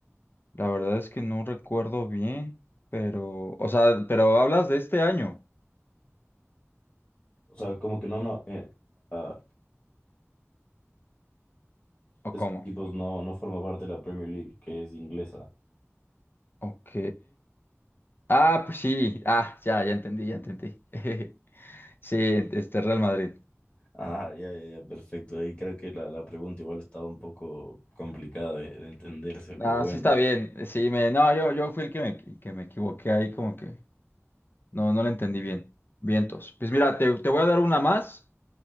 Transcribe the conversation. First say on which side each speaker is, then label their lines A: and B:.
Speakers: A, on the left; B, on the left.
A: la verdad es que no recuerdo bien, pero, o sea, pero hablas de este año,
B: O sea, como que no, no, eh, ah,
A: ¿o
B: esos
A: cómo?
B: equipos no, no forman parte de la Premier League, que es inglesa.
A: Ok, Ah, pues sí. Ah, ya, ya entendí, ya entendí. <laughs> Sí, este Real Madrid.
B: Ah, ya, ya, ya, perfecto. Ahí creo que la, la pregunta igual estaba un poco complicada de, de entenderse, pero
A: Ah,
B: bueno,
A: sí está bien. Eh, Sí, me, no, yo, yo fui el que me, que me equivoqué ahí, como que no, no lo entendí bien. Vientos. Pues mira, te, te voy a dar una más